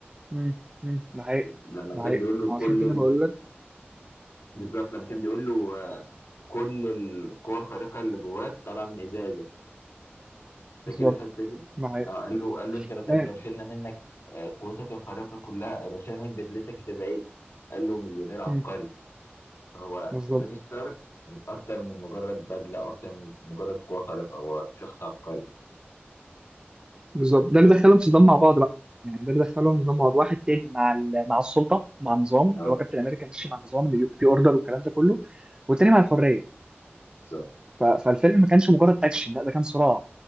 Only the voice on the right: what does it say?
مم. مم. ده حقيقي
ده
حقيقي
ما
هو عشان كده
بقول لك
بالظبط
ده حقيقي
لا.
مم.
بالظبط
بالظبط ده اللي دخلهم صدام مع بعض بقى يعني ده اللي دخلهم
صدام مع بعض واحد تاني مع ال- مع السلطه مع النظام
اللي هو كابتن امريكا ماشي مع النظام اللي بيبقى فيه اوردر والكلام ده كله والتاني مع الحريه
ف- فالفيلم ما كانش مجرد اكشن لا ده كان صراع